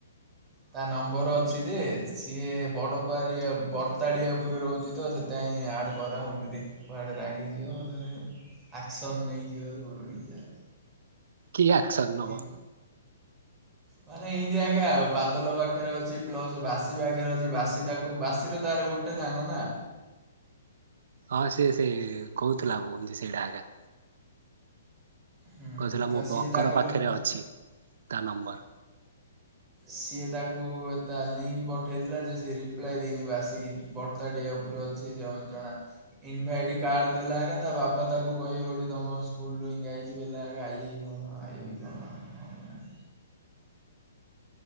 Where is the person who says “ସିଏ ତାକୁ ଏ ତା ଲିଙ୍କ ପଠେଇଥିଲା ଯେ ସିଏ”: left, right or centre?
Right